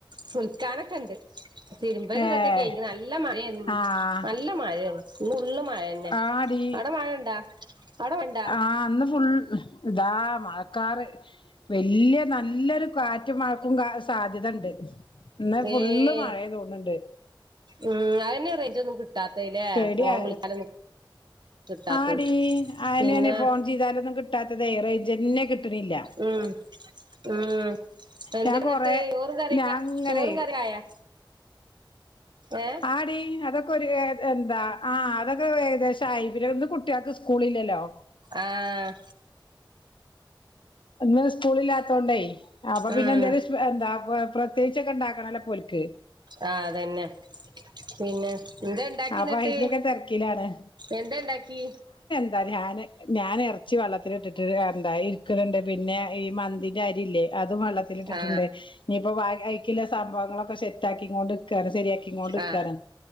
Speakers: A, on the right (about 60°); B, on the left (about 75°).
A: കുളിക്കാനൊക്കെ ഉണ്ട്. തിരുമ്പൽ
B: ഏഹ്
A: ഇതൊക്കെ കഴിഞ്ഞു നല്ല മഴ
B: ആഹ്
A: നല്ല മഴാണ്. ഫുള്ള് മഴന്നെ
B: ആടി
A: അട മഴണ്ടാേ അട മഴണ്ടാേ?
B: ആഹ് ഇന്ന് ഫുൾ. ഇതാ മഴക്കാറ്. വല്യ നല്ലൊരു കാറ്റ മഴക്കും കാ സാധ്യതണ്ട്. പിന്നെ ഫുള്ള്
A: ഏഹ്
B: മഴ തോന്ന്ണ്ട്.
A: ഉം അതന്നെ റൈഞ്ച്ന്നും കിട്ടാത്തല്ലേ
B: പേടിയാ
A: ഫോൺ വിളിച്ചാലൊന്നും. കിട്ടാത്തത്
B: ആടി അയനെ
A: പിന്നെ
B: ആണ് ഫോൺ ചെയ്താലൊന്നും കിട്ടാത്തത് റയിജന്നെ കിട്ട- കിട്ട്ണില്ല.
A: ഉം ഉം എന്തന്നിട്ട്
B: ഞാൻ കൊറെ
A: ചോറും കറയൊക്കെ
B: ഞാൻ ഇങ്ങനെ
A: ചോറും കറി ആയോ. ഏഹ്
B: ആടി അതൊക്കെ ഒരുഏ എന്താ ആഹ് അതൊക്കെ ഏകദേശം ആയി കുട്ടിയാൾക്ക് സ്കൂളില്ലല്ലോ.
A: ആഹ്
B: ഇന്ന് സ്കൂളിലാത്തോണ്ടേ അപ്പൊ പിന്നെ
A: ഉം
B: എന്തേലും. എന്താ പ്രത്യേകിച്ചൊക്കെ ഉണ്ടാക്കണല്ല പോല്ക്ക്.
A: ആഹ് അതന്നെ പിന്നെ. എന്താ ഇണ്ടാക്കിന്നിട്ട്
B: അപ്പൊ അയിന്റെയൊക്കെ തിരക്കിലാണ്
A: എന്താ ഇണ്ടാക്കി.
B: എന്താ ഞാൻ ഞാൻ ഇറച്ചി വെള്ളത്തിൽ ഇട്ടിട്ട് എന്താ ഇരിക്കുന്നുണ്ട് പിന്നെ ഈ മന്തിന്റെ അരി ഇല്ലേ? അതും വള്ളത്തിലിട്ടിട്ട്ണ്ട്
A: ആ
B: ഇനിയിപ്പോ വ അയ്ക്കില്ല സംഭവങ്ങളൊക്കെ സെറ്റാക്കിങ്ങൊണ്ട്ക്കാണ് സെരിയാ ക്കികൊണ്ട്ക്കാണ്
A: ആ